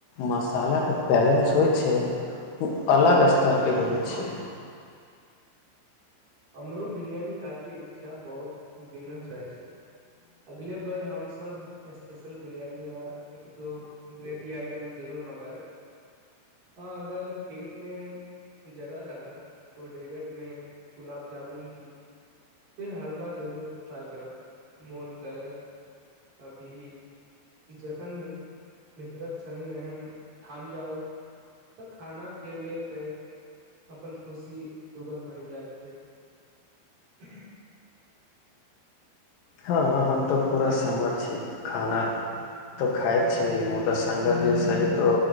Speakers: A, on the left (about 75°); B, on the right (about 50°).
A: मसालाके बैलेंस होइ छै ओ अलग स्तरके होइ छै
B: हमरो बिरयानी खायके इच्छा बहुत दिनस रहै छै अगले बर हमसब स्पेशल बिरयानी य एक दो ग्रेवी आइटम जरूर मँगायब आ अगर पेटमे जगह रहल तऽ डेजर्टमे गुलाब जामुन की फेर हलवा जरूर फ्राइ करब मोन करै अभी जखन मित्रक सङ्गी एह ठाम जाउ तऽ खानाके ले क अपन खुशी दुगन बहि जाइ छै <inaudible>
A: हँ हम तो पूरा सत छी खाना तो खााय छी मुदा सगर जे सही तो